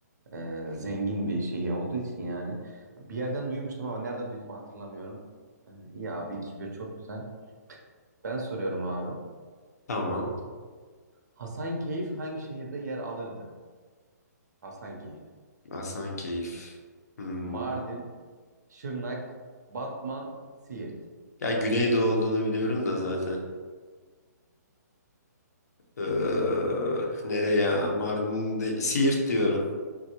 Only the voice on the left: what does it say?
Tamam.
Hasankeyf. Hmm.
Ya Güneydoğu olduğunu biliyorum da zaten. Ee, nereye Mardin'de Siirt diyorum.